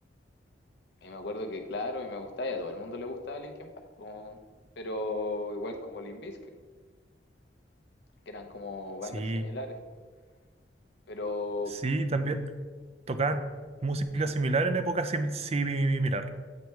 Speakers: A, on the left; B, on the right.
A: Y me acuerdo que, claro, y me gustaba, y a todo el mundo le gustaba Linkin Park, po, pero igual como Limp Bizkit, que eran como bandas
B: Sí,
A: similares, po. Pero
B: sí, también tocaban música
A: ¿Mm?
B: similar en épocas sim- similar,